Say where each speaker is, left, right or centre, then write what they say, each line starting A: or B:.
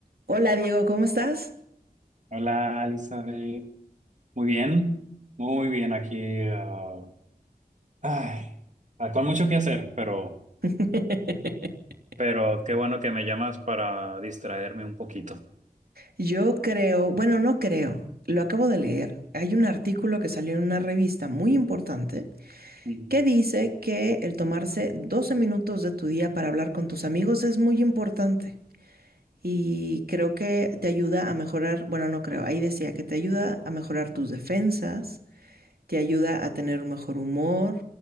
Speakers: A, on the right (about 75°); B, on the right (about 50°).
A: Hola Diego, ¿cómo estás?
B: Hola, Elizabeth. Muy bien, muy bien aquí. ah, ay, ah, con mucho que hacer, pero,
A: <laughs>
B: pero qué bueno que me llamas para distraerme un poquito.
A: Yo creo, bueno, no creo, lo acabo de leer. Hay un artículo que salió en una revista muy importante
B: Ujú.
A: que dice que el tomarse 12 minutos de tu día para hablar con tus amigos es muy importante y creo que te ayuda a mejorar, bueno, no creo, ahí decía que te ayuda a mejorar tus defensas, te ayuda a tener un mejor humor